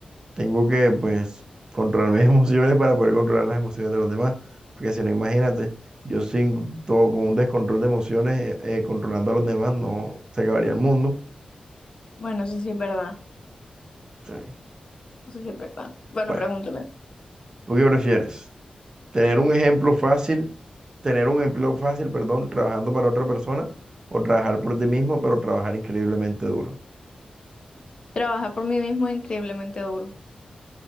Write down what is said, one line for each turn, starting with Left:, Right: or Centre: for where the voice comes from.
Right: tengo que, pues, controlar mis <laughs> emociones para poder controlar las emociones de los demás. Porque si no, imagínate, yo sin todo, con un descontrol de emociones, eh, eh, controlando a los demás, no se acabaría el mundo.
Left: Bueno, eso sí es verdad.
Right: Sí.
Left: Eso sí es verdad. Bueno,
Right: Bueno,
Left: pregúntame.
Right: ¿tú qué prefieres? ¿Tener un ejemplo fácil, tener un empleo fácil, perdón, trabajando para otra persona o trabajar por ti mismo, pero trabajar increíblemente duro?
Left: Trabajar por mí mismo es increíblemente duro.